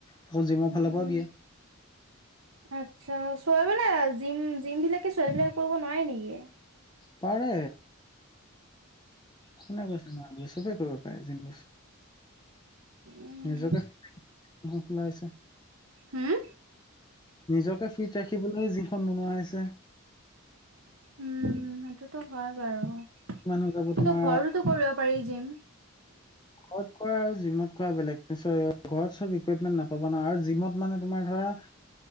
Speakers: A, on the left; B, on the right.
A: আকৌ জিমৰ
B: উমঁ
A: ফালৰ পৰাও দিয়ে
B: আচ্ছা। চব বিলাক জিম জিম বিলাক- ছোৱালী বিলাক কৰিব নোৱাৰে নেকি?
A: পাৰে কোনে কৈছে নোৱাৰে চবেই কৰিব পাৰে জিম
B: উম
A: নিজকে ওলাইছে
B: হুম
A: নিজকে ফিট ৰাখিবলৈ যিখন বনোৱা হৈছে
B: উম সেইটোতো হয় বাৰু কিন্তু
A: মানুহ যাব তোমাৰ
B: ঘৰতো কৰিব পাৰি যিম
A: ক'ত কোৱা আ জিমত কৰা বেলেগ ঘৰত চব ইকোৱেটমেট নাপাবনা আৰু জিমৰ মানে তোমাৰ ধৰা